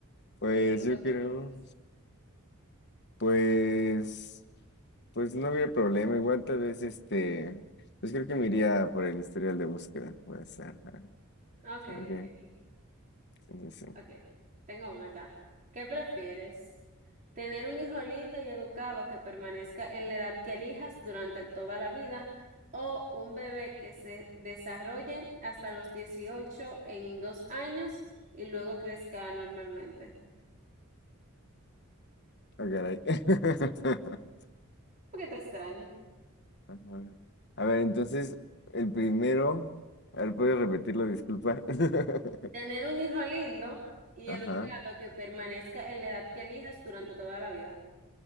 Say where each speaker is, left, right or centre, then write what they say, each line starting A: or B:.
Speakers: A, on the left (about 55°); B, on the right (about 40°).
A: Pues
B: ¿Y tú
A: yo
B: qué prefieres?
A: creo, pues, pues no habría problema. Igual tal vez este, pues creo que me iría por el historial de búsqueda. Puede ser. ajá.
B: Ok,
A: Ok,
B: ok,
A: sí, sí. sí.
B: ok. Tengo una acá. ¿Qué prefieres? ¿Tener un hijo lindo y educado que permanezca en la edad que elijas durante toda la vida o un bebé que se desarrolle hasta los 18 en dos años y luego crezca normalmente?
A: Ah, caray. <laughs>
B: Un te extraño.
A: Ajá. A ver, entonces, el primero. A ver, ¿puedes repetirlo? Disculpa. <laughs>
B: Tener un hijo lindo y
A: Ajá,
B: educado que permanezca en la edad que elijas durante toda la vida.